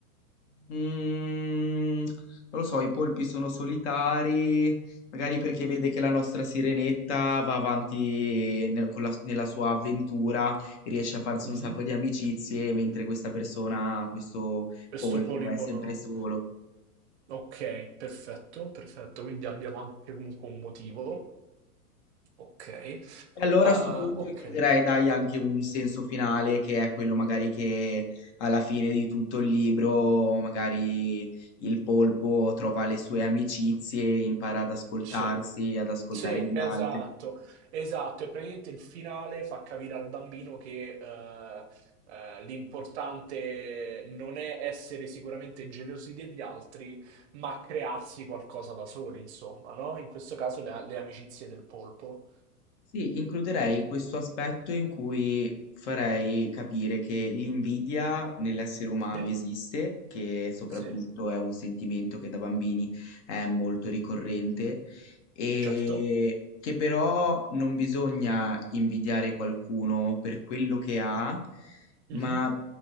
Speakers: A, on the left; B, on the right.
A: Mm, non lo so, i polpi sono solitari, magari perché vede che la nostra sirenetta va avanti nel- con la- nella sua avventura, riesce a farsi
B: Mhm.
A: un sacco di amicizie, mentre questa persona, questo
B: Questo
A: polpo,
B: polipo
A: è sempre
B: no.
A: solo.
B: Ok, perfetto, perfetto. Quindi abbiamo anche comunque un motivo. Ok.
A: E Allora
B: Ah,
A: a sto punto
B: ok.
A: includerei, dai, anche un senso finale che è quello magari che alla fine di tutto il libro, magari il polpo trova le sue amicizie, impara ad ascoltarsi,
B: Sì,
A: ad ascoltare
B: sì,
A: gli
B: esatto,
A: altri.
B: esatto. E praticamente il finale fa capire al bambino che eh, eh, l'importante non è essere sicuramente gelosi degli altri, ma crearsi qualcosa da soli, insomma, no? In questo caso le, le amicizie del polpo.
A: Sì, includerei questo aspetto in cui farei capire che l'invidia nell'essere umano
B: Sì,
A: esiste, che soprattutto
B: sì,
A: è un sentimento che da bambini è molto ricorrente e
B: certo.
A: che però non bisogna invidiare qualcuno per quello che ha, ma
B: Mhm,